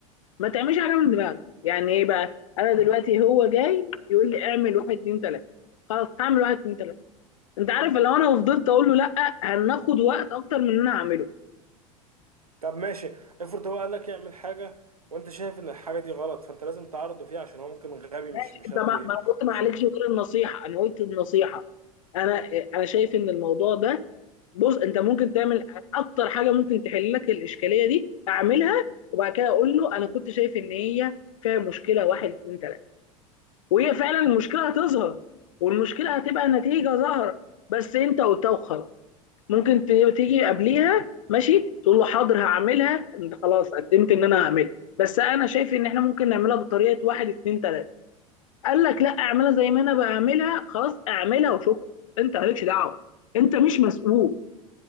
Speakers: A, on the left (about 60°); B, on the right (about 85°).
A: ما تعملش حاجه من دماغك يعني ايه بقى انا دلوقتي هو جاي يقول لي اعمل واحد اتنين تلاته خلاص هعمل واحد اتنين تلاته انت عارف لو انا فضلت اقول له لا هناخد وقت اكتر من اللي انا هعمله
B: طب ماشي افرض هو قالك يعمل حاجة وأنت شايف إن الحاجة دي غلط فأنت لازم تعرضه فيها عشان هو ممكن غبي مش
A: ماشي
B: مش
A: انت
B: قادر
A: ما
B: ي-
A: ما انا قلت ما
B: يشوف
A: عليكش غير النصيحه انا قلت النصيحه انا انا شايف ان الموضوع ده بص انت ممكن تعمل اكتر حاجه ممكن تحل لك الاشكاليه دي اعملها وبعد كده اقول له انا كنت شايف ان هي فيها مشكله واحد اتنين تلاته وهي فعلا المشكله هتظهر والمشكله هتبقى نتيجه ظاهره بس انت قلتها وخلاص ممكن ت- تيجي قبليها ماشي تقول له حاضر هعملها انت خلاص قدمت ان انا هعملها بس انا شايف ان احنا ممكن نعملها بطريقه واحد اتنين تلاته قال لك لا اعملها زي ما انا بعملها خلاص اعملها وشكرا انت مالكش دعوه انت مش مسؤول